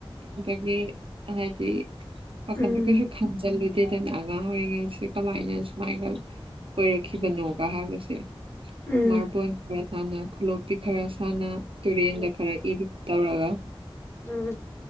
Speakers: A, on the right; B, on the left.
A: ꯑꯗꯒꯤ ꯍꯥꯏꯗꯤ ꯋꯥꯥꯈꯟꯗ
B: ꯎꯝ
A: ꯀꯩꯁꯨ ꯈꯟꯖꯜꯂꯨꯗꯔ꯭ꯗꯤꯅꯦ ꯑꯉꯥꯡ ꯑꯣꯏꯔꯤꯉꯩꯁꯦ ꯀꯃꯥꯏꯅ ꯁꯨꯃꯥꯏꯒ ꯑꯣꯏꯔꯛꯈꯤꯕꯅꯣꯒ ꯍꯥꯏꯕꯁꯦ
B: ꯎꯝ
A: ꯃꯥꯔꯕꯣꯟ ꯈꯔ ꯁꯅ ꯈꯨꯂꯣꯞꯄꯤ ꯈꯔ ꯁꯅ ꯇꯨꯔꯦꯟꯗ
B: ꯎꯝ
A: ꯈꯔ ꯏꯔꯨꯞ ꯇꯧ꯭ꯔꯒ
B: ꯎꯝ